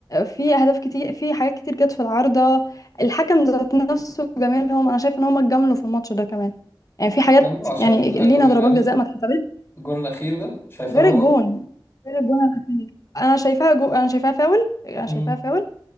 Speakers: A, on the left; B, on the left.
A: في أهداف كتير في حاجات كتير جت في العارضة الحكم ذات نفسه جمالهم أنا شايفة إن هم اتجاملوا في الماتش ده كمان يعني في حاجات
B: كملوا عشان
A: يعني
B: ال-
A: لينا
B: الجون
A: ضربات
B: يعني
A: جزاء ما اتحسبتش
B: الجون الاخير ده شايفاه
A: غير
B: فاول
A: الجون غير الجون الاخير انا شايفاها جو... انا شايفاها فاول انا
B: امم
A: شايفاها فاول